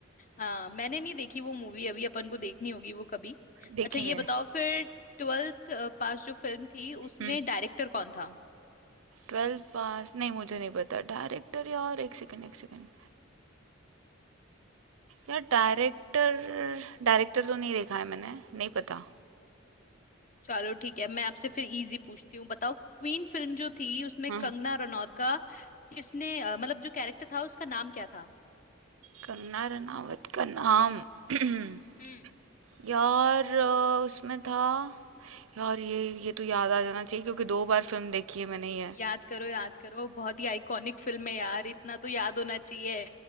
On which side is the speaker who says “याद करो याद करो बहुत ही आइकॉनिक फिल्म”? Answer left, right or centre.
Left